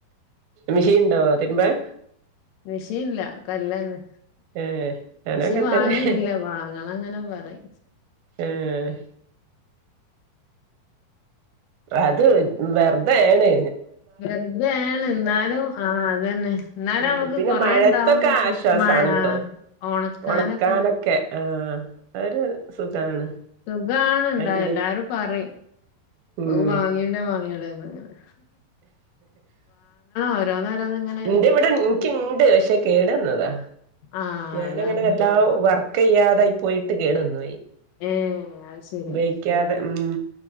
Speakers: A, on the right; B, on the left.
A: മിഷീൻ ണ്ടോ തിരുമ്പാൻ
B: മിഷീല്ല കല്ലാണ്.
A: ഏഹ് ഞാനും
B: മിഷൻ
A: അങ്ങൻതന്നെ
B: വാങ്ങിയില്ല, വാങ്ങണം ഇങ്ങനെ പറയും.
A: ഏഹ് അത് വെത് വെറ് തേണ്.
B: വെറ്തേണ് ഇന്നാലും ആ അതന്നെ ന്നാലും
A: ഉം
B: നമ്മക്ക്
A: പിന്നെ
B: കൊറേ
A: മഴത്തൊക്കെ
B: ഉണ്ടാവുമ്പൊക്കെ
A: ആശ്വാസാണ്
B: മഴ
A: ട്ടോ
B: ആഹ് ഉണക്കാനൊക്കത്.
A: ഒണക്കാനൊക്കെ ആഹ് ഒരു സുഖാണ്.
B: സുഖാണ് ഇണ്ടായാ
A: അയില്ലേ
B: എല്ലാരും പറിം. <unintelligible>
A: ഉം
B: വാങ്ങ്യൂടെ വാങ്ങ്യൂടെ ന്ന് അങ്ങനെ ഓരോന്നോരോന്ന് ഇങ്ങനെ
A: ഇന്റെ ഇവിടെ ഇൻ ഇൻക്ക്യിണ്ട് ക്ഷെ കേടന്നതാ.
B: ആഹ്
A: ഞാനങ്ങനെ
B: അതാണ്
A: വല്ലാം വർക്കയ്യാതായി പോയി ട്ട് കേടന്നോയി.
B: ഏഹ് അത് ശരി
A: ഉപയോഗിക്കാതെ ഉം